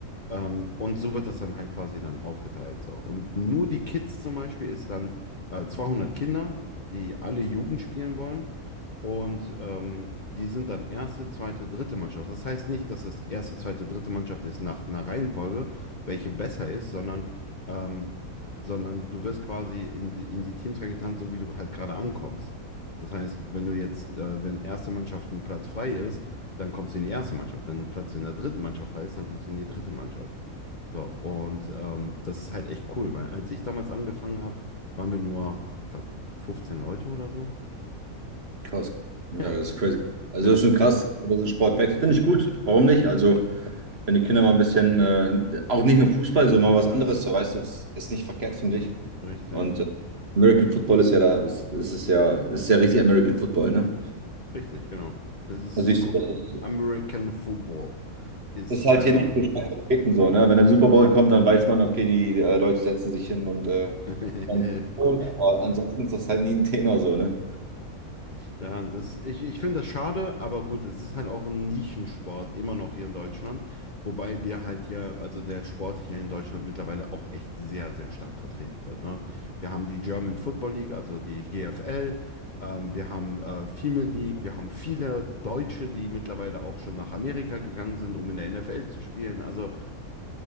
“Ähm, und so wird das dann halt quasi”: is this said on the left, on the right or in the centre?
Left